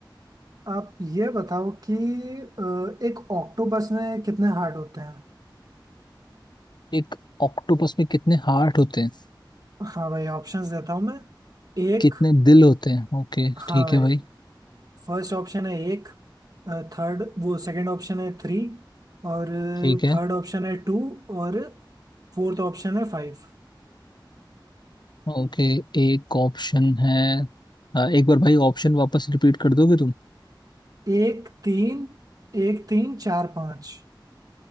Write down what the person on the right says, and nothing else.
आप ये बताओ कि अ, एक ऑक्टोपस में कितने हार्ट होते हैं
हाँ भाई ऑप्शंस देता हूँ मैं एक
हाँ
भाई
फर्स्ट ऑप्शन है एक थर्ड वो सेकंड ऑप्शन है थ्री और
थर्ड ऑप्शन है टू और फोर्थ ऑप्शन है फाइव
एक तीन एक तीन चार पाँच